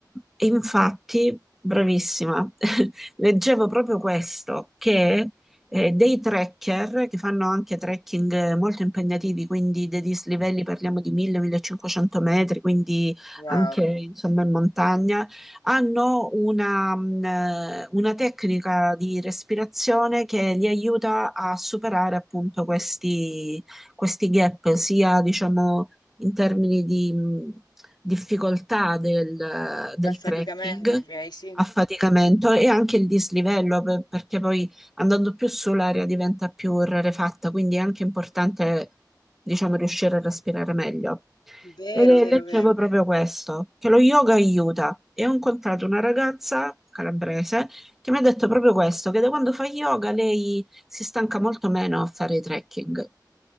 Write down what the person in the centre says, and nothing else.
E infatti, bravissima, <laughs> leggevo proprio questo, che eh, dei trekker che fanno anche trekking molto impegnativi, quindi dei dislivelli parliamo di 1000-1500 metri, quindi
anche insomma in montagna, hanno una, mh, eh, una tecnica di respirazione che li aiuta a superare appunto questi, questi gap, sia diciamo in termini di mh, difficoltà del, del
trekking,
affaticamento e anche il dislivello, per- perché poi andando più su l'aria diventa più rarefatta, quindi è anche importante, diciamo, riuscire a respirare meglio.
E le-
leggevo
proprio questo, che lo yoga aiuta. E ho incontrato una ragazza calabrese che mi ha detto proprio questo, che da quando fa yoga lei si stanca molto meno a fare i trekking.